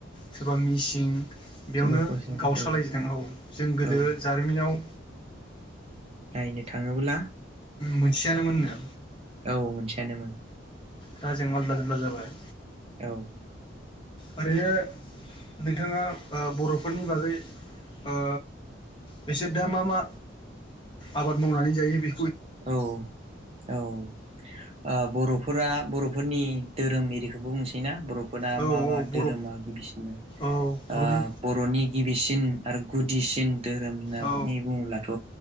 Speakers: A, on the left (about 25°); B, on the right (about 30°).
A: सोरबा मिसिं बेयावनो
B: सोरबा कसारि
A: गावस्रालायजोदों
B: औ
A: औ जों गोदो
B: औ
A: जारिमिनाव ओ
B: नायनो थाङोब्ला
A: मोनसेयानो मोननो।
B: औ मोनसेयानोमोन।
A: दा जों आलदा जुदला जाबाय।
B: औ।
A: ओरैनो नोंथाङा ओ बर'फोरनि बागै ओ बिसोर दा मा मा आबाद मावनानै जायो बे
B: औ औ ओ बर'फोरा बर' फोरनि धोरोम एरिखौबो बुंसैना? बर'फोरा
A: औ
B: मा
A: औ
B: मा धोरोमा
A: बर'
B: गिबिसिनमोन
A: औ बर'नि
B: आ बर'नि गिबिसिन आरो गुदिसिन धोरोम होननानै
A: औ
B: बुङोब्लाथ'